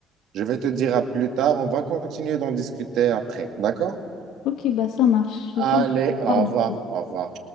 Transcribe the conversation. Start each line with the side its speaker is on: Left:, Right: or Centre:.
Right: Je vais te dire à plus tard, on va continuer d'en discuter après, d'accord?
Left: Ok, bah ça marche. Super.
Right: Allez, au
Left: Tard, du
Right: revoir,
Left: coup.
Right: au revoir.